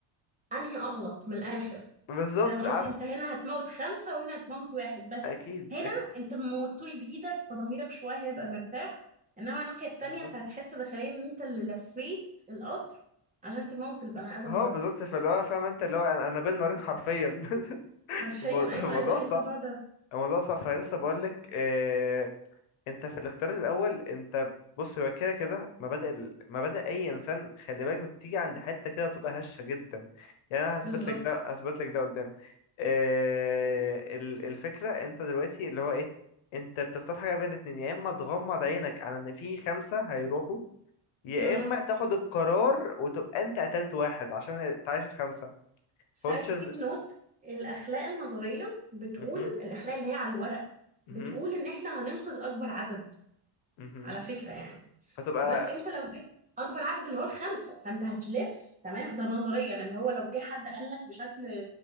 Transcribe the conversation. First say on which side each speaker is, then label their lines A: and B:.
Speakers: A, on the right (about 15°); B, on the left (about 85°).
A: أنهي أغلط من الآخر
B: بالظبط
A: فاهم قصدي
B: عارف
A: انت هنا هتموت خمسة وهنا هتموت واحد بس
B: اكيد
A: هنا
B: اكيد
A: انت ما موتوش بإيدك فضميرك شوية هيبقى مرتاح انما الناحية التانية
B: بالظبط
A: انت هتحس داخليا ان انت اللي لفيت القطر عشان تموت البني آدم
B: اه
A: ده
B: بالظبط فاللي هو فاهم انت اللي هو انا أنا بين نارين حرفيا <laughs>
A: حرفيا
B: المو-
A: ايوه
B: الموضوع
A: ايوه ايه
B: صعب
A: الموضوع ده
B: الموضوع صعب فلسه بقول لك آه انت في الاختيار الاول انت بص هو كده كده مبادئ ال- مبادئ اي انسان خلي بالك بتيجي عند حته كده بتبقى هشه جدا يعني انا هثبت
A: بالظبط
B: لك ده هثبت لك ده قدام آه ال- الفكره انت دلوقتي اللي هو ايه انت بتختار حاجه بين اتنين يا اما تغمض عينك على ان في خمسه هيروحوا يا
A: امم
B: اما تاخد القرار وتبقى انت قتلت واحد عشان تعيش الخمسه
A: سايد
B: كوتشز
A: نوت الأخلاق النظرية بتقول
B: اها
A: الأخلاق اللي هي على الورق
B: اها
A: بتقول ان احنا هننقذ اكبر عدد
B: اها
A: على فكرة يعني
B: فتبقى
A: بس انت لو جبت اكبر عدد اللي هو الخمسه فانت هتلف تمام ده نظريا اللي هو لو جه حد قال لك بشكل